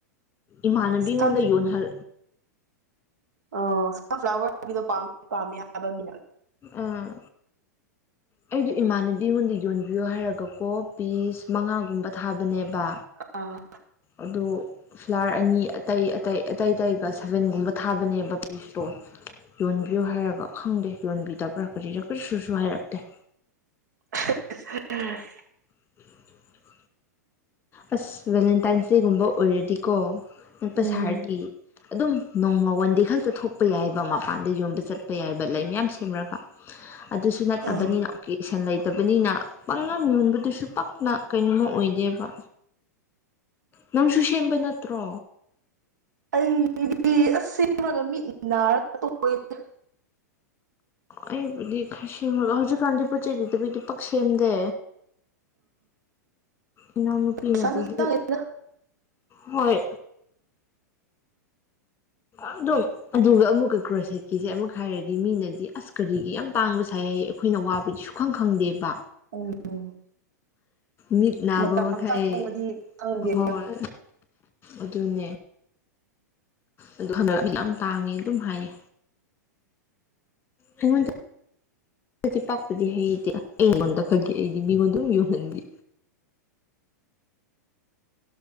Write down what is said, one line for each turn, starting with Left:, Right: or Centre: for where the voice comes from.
Left: ꯏꯃꯥꯟꯅꯕꯤꯉꯣꯟꯗ
Right: ꯁꯟ
Left: ꯌꯣꯟꯍꯜ
Right: ꯑꯣ ꯁꯟꯐ꯭ꯂꯥꯋꯔꯒꯤꯗꯣ ꯄꯥꯝ ꯄꯥꯝꯃꯦ ꯍꯥꯏꯕ ꯃꯤꯅ
Left: ꯑꯥ ꯑꯩꯗꯣ ꯏꯃꯥꯟꯅꯕꯤ ꯉꯣꯟꯗ ꯌꯣꯟꯕꯤꯌꯣ ꯍꯥꯏꯔꯒꯀꯣ ꯄꯤꯁ ꯃꯉꯥꯒꯨꯝꯕ ꯊꯥꯕꯅꯦꯕ
Right: ꯑꯥ
Left: ꯑꯗꯨ ꯐ꯭ꯂꯥꯔ ꯑꯅꯤ ꯑꯇꯩ ꯑꯇꯩ ꯑꯇꯩ ꯑꯇꯩꯒ ꯁꯚꯦꯟꯒꯨꯝꯕ ꯊꯥꯕꯅꯦꯕ ꯄꯤꯁꯇꯣ ꯌꯣꯟꯕꯤꯌꯣ ꯍꯥꯏꯔꯒ ꯈꯪꯗꯦ ꯌꯣꯟꯕꯤꯗꯕ꯭ꯔꯥ ꯀꯔꯤꯔꯥ ꯀꯔꯤꯁꯨꯁꯨ ꯍꯥꯏꯔꯛꯇꯦ
Right: <unintelligible>
Left: <inaudible> ꯑꯁ ꯕꯦꯂꯦꯟꯇꯥꯏꯟꯁ ꯗꯦꯒꯨꯝꯕ ꯑꯣꯏꯔꯗꯤꯀꯣ ꯅꯛꯄ
Right: ꯎꯝ
Left: ꯁꯥꯔꯗꯤ ꯑꯗꯨꯝ ꯅꯣꯡꯃ ꯋꯥꯟꯗꯦ ꯈꯛꯇ ꯊꯣꯛꯄ ꯌꯥꯏꯕ ꯃꯄꯥꯟꯗ ꯌꯣꯟꯕ ꯆꯠꯄ ꯌꯥꯏꯕ ꯂꯩ ꯃꯌꯥꯝ ꯁꯦꯝꯔꯒ ꯑꯗꯨꯁꯨ ꯅꯠꯇꯕꯅꯤꯅ
Right: ꯑꯥ
Left: ꯀꯦꯁꯟ ꯂꯩꯇꯕꯅꯤꯅ ꯄꯥꯛꯌꯣꯟ ꯌꯣꯟꯕꯗꯨꯁꯨ ꯄꯛꯅ ꯀꯩꯅꯣꯝꯃ ꯑꯣꯏꯗꯦꯕ ꯅꯪꯁꯨ ꯁꯦꯝꯕ ꯅꯠꯇ꯭ꯔꯣ
Right: ꯑꯩꯗꯤ ꯑꯁ ꯁꯦꯝꯃꯒ ꯃꯤꯠ ꯅꯥꯔꯒ ꯇꯣꯛꯏꯗ
Left: ꯑꯩꯕꯨꯗꯤ ꯈꯔ ꯁꯦꯝꯃꯒ ꯍꯧꯖꯤꯛꯀꯥꯟꯗꯤ ꯄꯣꯠ ꯆꯩ ꯂꯩꯇꯕꯒꯤ ꯄꯛ ꯁꯦꯝꯗꯦ ꯏꯅꯥꯎ ꯅꯨꯄꯤꯅꯕꯨꯗꯤ
Right: ꯄꯩꯁꯥꯁꯨ ꯆꯪꯉꯦꯗ
Left: ꯍꯣꯏ ꯑꯗꯨꯝ ꯑꯗꯨꯒ ꯑꯃꯨꯛꯀ ꯀ꯭ꯔꯣꯁꯦꯠꯀꯤꯁꯦ ꯑꯃꯨꯛ ꯍꯥꯏꯔꯗꯤ ꯃꯤꯅꯗꯤ ꯑꯁ ꯀꯔꯤꯒꯤ ꯌꯥꯝ ꯇꯥꯡꯕ ꯁꯥꯏ ꯍꯥꯏꯌꯦ ꯑꯩꯈꯣꯏꯅ ꯋꯥꯕꯗꯤ ꯁꯨꯈꯪ ꯈꯪꯗꯦꯕ
Right: ꯎꯝ
Left: ꯃꯤꯠ ꯅꯥꯕ
Right: ꯃꯇꯝ
Left: ꯃꯈꯩ
Right: ꯆꯪꯕꯗꯤ ꯈꯪꯗꯦ
Left: ꯍꯣꯏ ꯑꯗꯨꯅꯦ ꯑꯗꯨ ꯍꯟꯗꯛ ꯃꯤ ꯌꯥꯝ ꯇꯥꯡꯉꯦ ꯑꯗꯨꯝ ꯍꯥꯏꯌꯦ ꯑꯩꯉꯣꯟꯗꯄꯗꯤ ꯍꯩꯇꯦ ꯑꯩꯉꯣꯟꯗ ꯐꯒ ꯑꯩꯗꯤ ꯃꯤꯉꯣꯟꯗ ꯑꯗꯨꯝ ꯌꯣꯟꯍꯟꯒꯤ